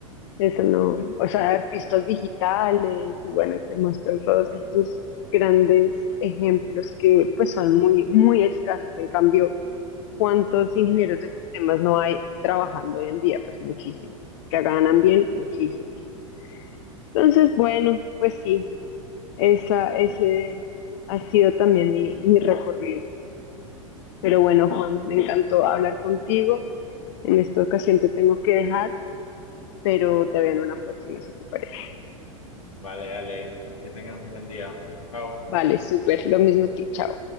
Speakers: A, on the left; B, on the left.
A: Eso no,
B: Sí.
A: o sea, artistas digitales y bueno, y te muestran todos estos grandes ejemplos que pues son muy, muy escasos. En cambio, ¿Cuántos
B: Ujú.
A: ingenieros de sistemas no hay trabajando hoy en día? Pues muchísimos. Que ganan bien, muchísimos. Entonces, bueno, pues sí, esa, ese ha sido también mi, mi recorrido. Pero bueno, Juan, me encantó hablar contigo. En esta ocasión te tengo que dejar, pero te veo en una próxima, si te parece.
B: Vale, dale, que tengas un buen día. Chao.
A: Vale, súper. Lo mismo a ti, chao.